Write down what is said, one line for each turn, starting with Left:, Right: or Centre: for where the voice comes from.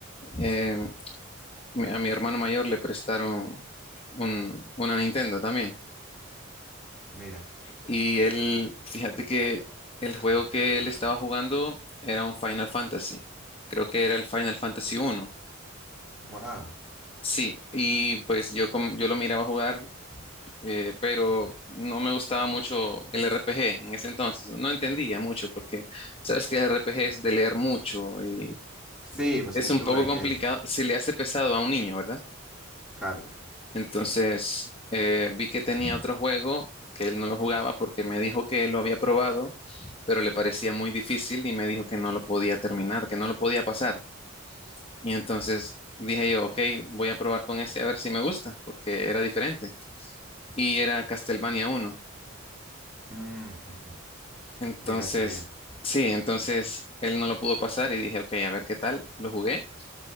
Left: eh, mi- a mi hermano mayor le prestaron un- una Nintendo también.
Centre: Mira,
Left: Y él, fíjate que el juego que él estaba jugando era un Final Fantasy. Creo que era el Final Fantasy uno.
Centre: wow.
Left: Sí, y pues yo, com- yo lo miraba jugar eh, pero no me gustaba mucho el RPG en ese entonces. No entendía mucho porque sabes que el RPG es de leer mucho y
Centre: Sí, pues
Left: es
Centre: sin
Left: un
Centre: duda
Left: poco
Centre: hay
Left: complicado,
Centre: que...
Left: se le hace pesado a un niño, ¿verdad?
Centre: Claro.
Left: Entonces eh, vi que tenía otro juego que él no lo jugaba porque me dijo que lo había probado, pero le parecía muy difícil y me dijo que no lo podía terminar, que no lo podía pasar. Y entonces dije yo, ok, voy a probar con este a ver si me gusta, porque era diferente. Y era Castlevania uno
Centre: Mm, <laughs>
Left: Entonces,
Centre: mira qué bien.
Left: sí, entonces él no lo pudo pasar y dije, ok, a ver qué tal, lo jugué.